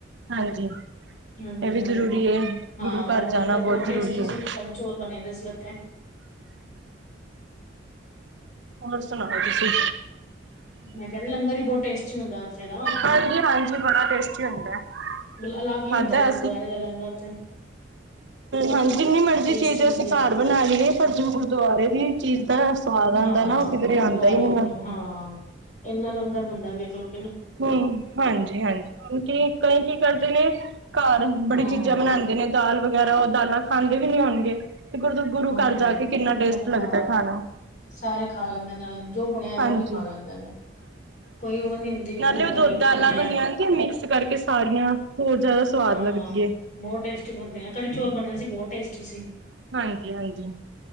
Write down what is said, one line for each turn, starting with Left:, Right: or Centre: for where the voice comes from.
Right: ਹਾਂਜੀ ਇਹ
Left: ਹਾਂਜੀ
Right: ਵੀ
Left: ਹਾਂ
Right: ਜ਼ਰੂਰੀ ਹੈ
Left: ਹਾਂ
Right: ਗੁਰੂ ਘਰ
Left: ਉਹ ਲੰਗਰ
Right: ਜਾਣਾ
Left: ਬਹੁਤ
Right: ਜ਼ਰੂਰੀ
Left: ਟੇਸਟੀ
Right: ਹੈ
Left: ਸੀ ਕੜੀ ਚੋਲ ਬਣੇ ਦੇ ਸੀ ਉੱਥੇ
Right: ਹੋਰ ਸੁਣਾਓ ਤੁਸੀਂ
Left: ਮੈਂ ਕਹਿ ਰਹੀ ਹਾਂ ਲੰਗਰ ਹੀ ਬਹੁਤ ਟੇਸਟੀ ਹੁੰਦਾ ਉੱਥੇ ਦਾ
Right: ਹਾਂਜੀ ਹਾਂਜੀ ਬੜਾ ਟੇਸਟੀ ਹੁੰਦਾ
Left: ਅਲੱਗ ਹੀ
Right: ਖਾਧਾ
Left: ਹੁੰਦਾ ਹੈ ਗੁਰਦੁਆਰੇ ਦੇ ਲੰਗਰ ਤੋਂ
Right: ਹਾਂ ਜਿੰਨੀ ਮਰਜੀ
Left: ਟੇਸਟ
Right: ਚੀਜ਼
Left: ਹੀ ਵਧੀਆ
Right: ਅਸੀਂ ਘਰ
Left: ਆਂਦਾ।
Right: ਬਣਾ ਲਈਏ ਹੈ ਪਰ ਜੋੋਂ ਗੁਰਦੁਆਰੇ ਦੀ ਚੀਜ਼ ਦਾ ਸਵਾਦ ਆਉਂਦਾ
Left: ਹਾਂ।
Right: ਨਾ ਉਹ ਕਿੱਧਰੇ
Left: ਗੁਰਦੁਆਰੇ
Right: ਆਉਂਦਾ ਹੀ ਨਹੀਂ ਹੈ
Left: ਹਾਂ ਇੰਨਾ ਲੰਗਰ ਬਣਦਾ ਵੇਖ ਲੋ
Right: ਹਮ ਹਾਂਜੀ ਹਾਂਜੀ ਉਹ ਤੇ ਕਈ ਕੀ ਕਰਦੇ ਨੇ ਘਰ ਬੜੀ
Left: ਹਾਂ,
Right: ਚੀਜ਼ਾਂ ਬਣਾਉਂਦੇ ਨੇ ਦਾਲ ਵਗੈਰਾ ਉਹ ਦਾਲਾਂ ਖਾਂਦੇ ਵੀ ਨਹੀਂ ਹੋਣਗੇ ਤੇ ਗੁਰ ਗੁਰੂ
Left: ਹਾਂ,
Right: ਘਰ ਜਾਕੇ ਕਿੰਨਾ ਟੇਸਟ ਲੱਗਦਾ
Left: ਹਾਂ।
Right: ਖਾਣਾ
Left: ਸਾਰੇ ਖਾ ਲੈਂਦੇ ਨੇ ਨਾਲ ਜੋ ਬਣਿਆ
Right: ਹਾਂਜੀ।
Left: ਉਹੀ ਖਾ ਲੈਂਦੇ ਨੇ ਕੋਈ ਉਹ ਨੀ ਹੁੰਦੀ ਵੀ ਗੁਰਦੁਆਰੇ
Right: ਪਹਿਲੇ ਉਹ ਦੁੱਧ ਦਾਲਾ
Left: ਕੀ ਬਣਿਆ
Right: ਬਣੀਆਂ ਹੁੰਦੀਏ ਮਿਕਸ ਕਰਕੇ ਸਾਰੀਆਂ ਹੋਰ ਜਿਆਦਾ ਸਵਾਦ
Left: ਹਾਂ।
Right: ਲੱਗਦੀਆਂ
Left: ਬਹੁਤ ਟੇਸਟੀ ਬਣਦੇ ਆ ਕੜੀ ਚੋਲ ਬਣੇ ਸੀ ਬਹੁਤ ਟੇਸਟੀ ਸੀ
Right: ਹਾਂਜੀ ਹਾਂਜੀ